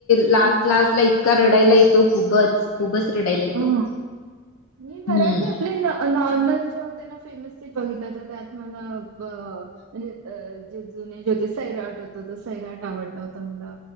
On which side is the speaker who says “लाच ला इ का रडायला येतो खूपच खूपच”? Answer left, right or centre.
Left